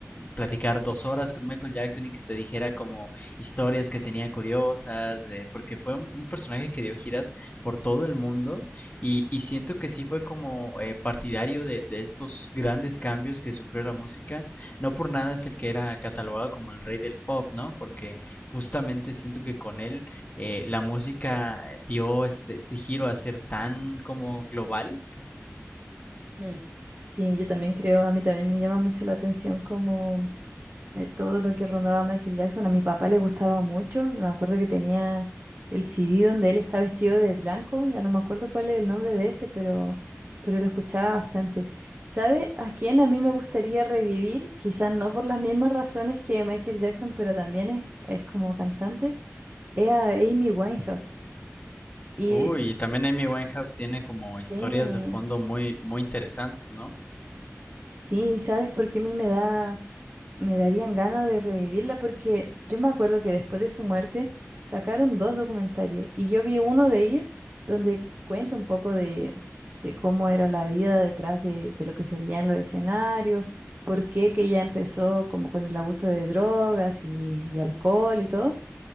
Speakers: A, on the left; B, on the right.
A: platicar dos horas con Michael Jackson y que te dijera como historias que tenía curiosas, eh, porque fue un, un personaje que dio giras por todo el mundo y, y siento que sí fue como eh, partidario de, de estos grandes cambios que sufrió la música. No por nada es el que era catalogado como el rey del pop, ¿no? Porque justamente siento que con él eh, la música dio este, este giro a ser tan como global.
B: Mm. Sí, yo también creo, a mí también me llama mucho la atención como eh, todo lo que rondaba Michael Jackson. A mi papá le gustaba mucho. Me acuerdo que tenía el CD donde él está vestido de blanco. Ya no me acuerdo cuál es el nombre de ese, pero, pero lo escuchaba bastante. ¿Sabe a quién a mí me gustaría revivir? Quizás no por las mismas razones que Michael Jackson, pero también es, es como cantante. Es a Amy Winehouse. Y
A: Uy, y también Amy Winehouse tiene como
B: sí,
A: historias de fondo muy, muy interesantes, ¿no?
B: sí, ¿sabes por qué a mí me da... me darían ganas de revivirla porque yo me acuerdo que después de su muerte sacaron dos documentarios y yo vi uno de ellos donde cuenta un poco de, de cómo era la vida detrás de, de lo que se veía en los escenarios, por qué que ella empezó como con el abuso de drogas y, y alcohol y todo.